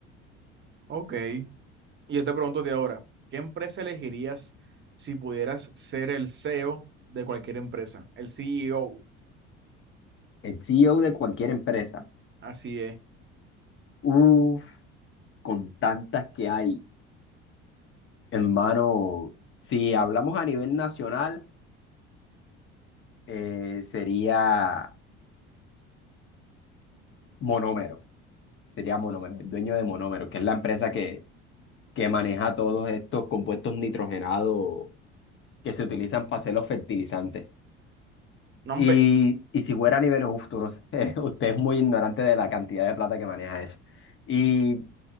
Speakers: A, on the right; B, on the left.
A: Ok. Y yo te pregunto de ahora, ¿qué empresa elegirías si pudieras ser el CEO de cualquier empresa? El CEO,
B: El CEO de cualquier empresa,
A: así es.
B: uff, con tantas que hay en mano, si hablamos a nivel nacional. eh, sería Monómero, sería Monómero, el dueño de Monómero, que es la empresa que, que maneja todos estos compuestos nitrogenados que se utilizan para hacer los fertilizantes.
A: No, hombre,
B: Y, y si fuera a niveles, uf, tú no sé, <laughs> usted es muy ignorante de la cantidad de plata que maneja eso. Y,